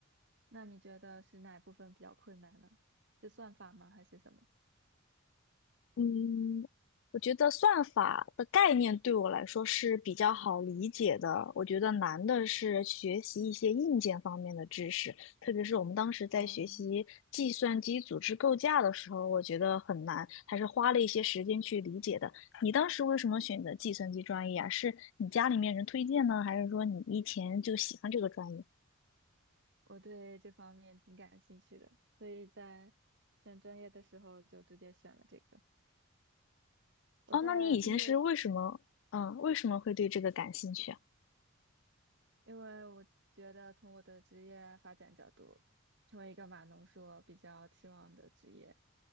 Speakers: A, on the right; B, on the left.
A: 那你觉得是哪部分比较困难呢？是算法吗，还是什么？
B: 嗯，我觉得算法的概念对我来说是比较好理解的。我觉得难的是学习一些硬件方面的知识，特别是我们当时在学习计算机组织构架的时候，
A: 哦，
B: 我觉得很难，还是花了一些时间去理解的。你当时为什么选择计算机专业啊？是你家里面人推荐呢，还是说你以前就喜欢这个专业？
A: 我对这方面挺感兴趣的，所以在选专业的时候就直接选了这个。我在毕业，
B: 哦，那你以前是为什么，嗯，为什么会对这个感兴趣啊？
A: 因为我觉得从我的职业发展角度，成为一个码农是我比较期望的职业，